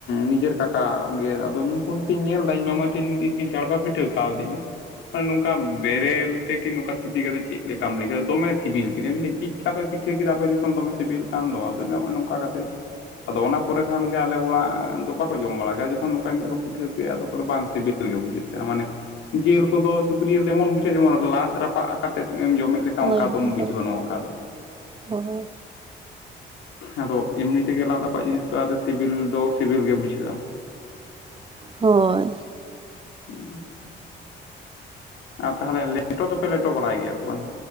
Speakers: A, on the left; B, on the right.
A: ᱱᱤᱡᱮᱨ ᱠᱟᱠᱟ ᱜᱮ ᱟᱫᱚ ᱛᱩᱞ ᱛᱤᱧ ᱧᱮᱞ ᱮᱫᱟ ᱤᱧ ᱢᱟᱢᱟᱠᱤᱱ ᱤᱧᱠᱤᱱ ᱪᱟᱲᱯᱟ ᱯᱤᱴᱷᱟᱹ ᱠᱟᱣᱫᱤᱧᱟ ᱱᱚᱝᱠᱟ ᱵᱮᱨᱮᱞ ᱛᱮ ᱠᱤ ᱱᱚᱝᱠᱟ ᱥᱤᱯᱤ ᱠᱟᱛᱮ ᱪᱮᱫ ᱞᱮᱠᱟᱢ ᱞᱟᱹᱭ ᱠᱮᱫᱟ ᱫᱚᱢᱮ ᱥᱤᱵᱤᱞ ᱠᱮᱫᱤᱧᱼᱟ ᱪᱤᱫᱠᱟ ᱫᱚᱢ ᱯᱮ ᱯᱤᱴᱷᱟᱹ ᱠᱮᱫᱟ ᱯᱮ ᱫᱤᱥᱚᱢ ᱫᱚᱢᱮ ᱥᱤᱵᱤᱞ ᱠᱟᱱᱟ ᱫᱚ ᱟᱫᱚ ᱱᱚᱜᱼᱚᱭ ᱱᱚᱝᱠᱟ ᱠᱟᱛᱮ ᱟᱫᱚ ᱚᱱᱟ ᱯᱚᱨᱮ ᱠᱷᱟᱱ ᱜᱮ ᱟᱞᱮ ᱚᱲᱟᱜ ᱫᱚ ᱵᱟᱠᱚ ᱡᱚᱢ ᱵᱟᱲᱟ ᱜᱮᱭᱟ ᱡᱚᱠᱷᱚᱱ ᱱᱚᱝᱠᱟ ᱧᱚᱜ ᱠᱚ ᱯᱦᱤᱴᱟᱹ ᱠᱮᱭᱟ ᱠᱚ ᱵᱟᱝ ᱥᱤᱵᱤᱞ ᱜᱮ ᱵᱩᱡᱟᱹᱜ ᱜᱟᱱ ᱢᱟᱱᱮ ᱡᱤᱞ ᱠᱚᱫᱚ ᱥᱩᱠᱨᱤ ᱡᱮᱢᱚᱱ ᱵᱩᱡᱷᱟᱹᱜᱼᱟ ᱡᱮᱢᱚᱱ ᱞᱟᱫ ᱨᱟᱯᱟᱜ ᱠᱟᱛᱮᱫ ᱮᱢ ᱡᱚᱢᱮᱫ ᱞᱮᱠᱟᱱ
B: ᱦᱳᱭ
A: ᱚᱱᱠᱟ
B: ᱦᱳᱭ
A: ᱫᱚᱢ ᱵᱩᱡᱷᱟᱹᱣᱟ
B: ᱦᱳᱭ
A: ᱱᱚᱣᱟ ᱚᱱᱠᱟ ᱫᱚ
B: ᱦᱳᱭ
A: ᱟᱫᱚ ᱮᱢᱱᱤ ᱛᱮᱜᱮ ᱞᱟᱫ ᱨᱟᱯᱟᱜ ᱡᱤᱱᱤᱥ ᱫᱚ ᱥᱤᱵᱤᱞ ᱫᱚ ᱥᱤᱵᱤᱞ ᱜᱮ ᱵᱩᱡᱷᱟᱹᱜᱼᱟ
B: ᱦᱳᱭ
A: ᱩᱸ <inaudible> ᱟᱨ ᱛᱟᱦᱚᱞᱮ ᱞᱮᱴᱚ ᱫᱚᱯᱮ ᱞᱮᱴᱚ ᱵᱟᱲᱟᱭ ᱜᱮᱭᱟ ᱥᱮ ᱵᱟᱝ?